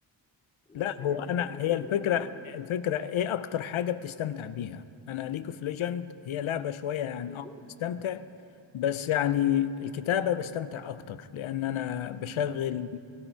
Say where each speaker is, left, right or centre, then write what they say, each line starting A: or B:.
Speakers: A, on the left (about 20°); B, on the left (about 80°).
A: لو
B: لا
A: اتجهت
B: هو انا
A: لفكرة
B: هي
A: إن
B: الفكره
A: أنت ال...
B: الفكره ايه اكتر حاجه بتستمتع بيها انا ليج اوف ليجند هي لعبه شويه يعني
A: بالظبط
B: اه بستمتع بس يعني الكتابه بستمتع اكتر لان انا بشغل
A: مم.